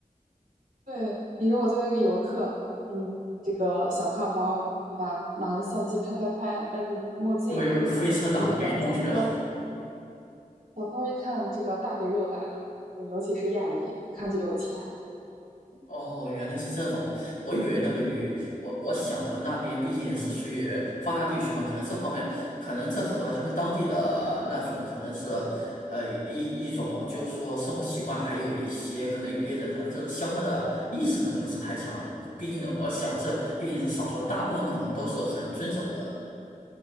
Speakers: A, on the right (about 80°); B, on the left (about 75°).
A: 对，你如果作为一个游客，嗯，这个小挎包儿对吧？拿着相机拍拍拍，戴着墨镜，
B: <laughs> 会有飞车党给弄去了。
A: 呃，那个小偷儿，小偷儿一看这个大肥肉来了，呃尤其是亚裔，一看就有钱，
B: 哦，原来是这种，我以为那个女，我我想的那边毕竟是属于发达地区嘛，可能这方面，可能这和他们当地的那种可能是，呃，一一种就是说生活习惯，还有一些可能有些人他的这个相关的意识可能不是太强，呃毕竟我想这毕竟是少数，大部分肯定都是很遵守的。